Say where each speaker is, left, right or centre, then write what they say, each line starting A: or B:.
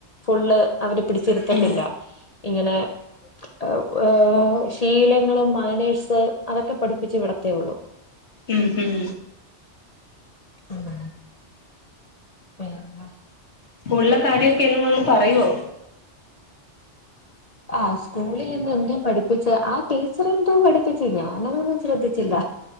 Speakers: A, on the left; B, on the left.
A: ഫുള്ള് അവര് പിടിച്ചിരുത്തത്തില്ല
B: ഉം
A: ഇങ്ങനെ ആഹ് ഏഹ് ശീലങ്ങളും മാനേഴ്സ് അതൊക്കെ പഠിപ്പിച്ച് വിടത്തേയൊള്ളൂ.
B: ഉം ഉം
A: ഉം പിന്ന
B: സ്കൂളിലെ കാര്യം ക്കെ എന്നും വന്ന് പറയുവോ?
A: ആഹ് സ്കൂളിലിന്ന് എന്തോ പഠിപ്പിച്ചേ, ആ ടീച്ചർ എന്തോ പഠിപ്പിച്ച് ഞാനതൊന്നും ശ്രദ്ധിച്ചില്ല.